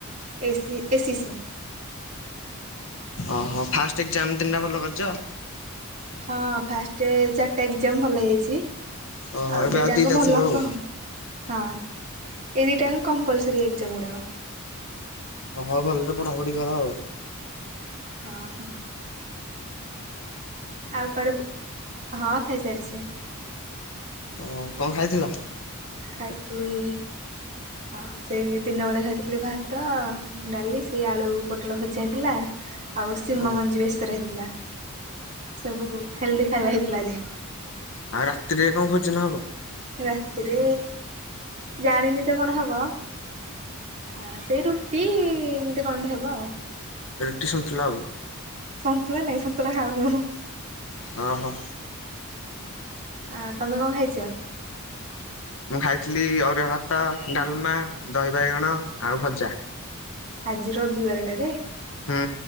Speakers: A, on the right; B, on the left.
A: ଏସି ଏ ସି ସି।
B: ଓହୋ ଫାଷ୍ଟ ଏକ୍ଜାମ ତିନିଟା ଭଲ କରିଛ?
A: ହଁ ଫାଷ୍ଟ ଚାରିଟା ଏକ୍ଜାମ ଭଲ ହେଇଛି
B: ଓହୋ
A: ଆଉ
B: ଏବେ
A: ଦିଟାଙ୍କ
B: ଦିଟା
A: ଭଲ
B: ଥିବ
A: ହବ।
B: ଆଉ।
A: ହଁ ଏ ଦିଟାକ କମ୍ପ୍ଲସରି ଏଗଜାମ ଗୁଡାକ
B: ହଁ ହଁ ଭଲରେ ପଢ଼ାପଢ଼ି କର ଆଉ।
A: ହଁ ହୋ ଆଉ କୁଆଡେ ହଁ ଖାଇସାରିଛି।
B: ହ କଣ ଖାଇଥିଲ?
A: ଖାଇଥିଲି ହଁ ସେଇ ଦିନ ବେଳେ ଖାଇଥିଲି ଭାତ ଡାଲି ସେ ଆଳୁ ପୋଟଳ ଭଜା ହେଇଥିଲା ଆଉ ସିମ
B: ଓ
A: ମଞ୍ଜି ବେସର ହେଇଥିଲା ସବୁ ହେଲଦି ଖାଇବା ହେଇଥିଲା ଆଜି।
B: ଆଉ ରାତିରେ କଣ ଭୋଜନ ହବ?
A: ରାତିରେ ଜାଣିନି ତ କଣ ହବ ହଁ ସେଇ ରୁଟି ଏମିତି କଣ ଗୋଟେ ହେବ ଆଉ।
B: ରୁଟି ସନ୍ତୁଳା ଆଉ।
A: ସନ୍ତୁଳା ନାଇଁ ସନ୍ତୁଳା ଖାଉନୁ ଉହୁ।
B: ହଁ ହଁ।
A: ଆ ତମେ କଣ ଖାଇଛ?
B: ମୁଁ ଖାଇଥିଲି ଅରୁଆ ଭାତ ଡାଲମା ଦହି ବାଇଗଣ ଆଉ ଭଜା।
A: ଆଜି ରବିବାରଟାରେ
B: ହୁଁ